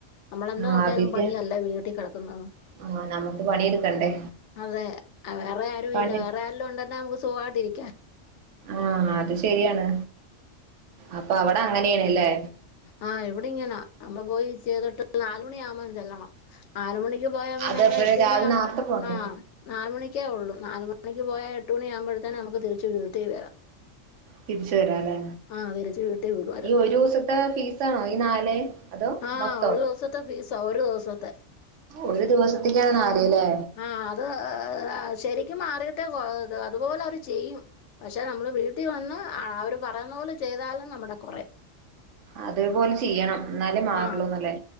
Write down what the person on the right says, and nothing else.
ആ
അതിന്റെ
ആ നമുക്ക് പണിയെടുക്കണ്ടേ
പണി
ആഹ് അത് ശരിയാണ് അപ്പൊ അവിടെ അങ്ങനെയാണ് ഇല്ലേ
അതേപോലെ
രാവിലെ നേർത്തെ പോണോ
തിരിച്ച് വരാലെ
ഈ ഒരു ദിവസത്തെ ഫീസാണോ ഈ നാല് അതോ
മൊത്തോ
ഒരു ദിവസത്തേക്കാണ് നാല് ഇല്ലേ
അതേപോലെ ചെയ്യണം എന്നാലേ മാറുള്ളൂ
എന്നല്ലേ